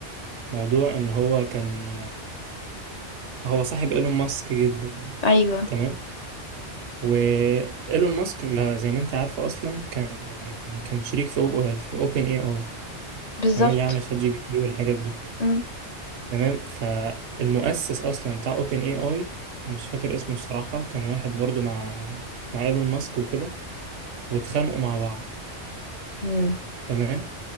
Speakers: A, on the right; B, on the left.
A: موضوع ان هو كان هو صاحب ايلون ماسك جدا
B: ايوه
A: تمام وايلون ماسك لا- زي ما انت عارفه اصلا كان كان شريك في أو... في اوبن اي اي
B: بالظبط
A: تمام اللي عامله شات جي بي تي والحاجات دي
B: مم.
A: تمام فالمؤسس اصلا بتاع اوبن اي اي مش فاكر اسمه الصراحه كان واحد برضو مع مع ايلون ماسك وكده واتخانقوا مع بعض
B: مم.
A: تمام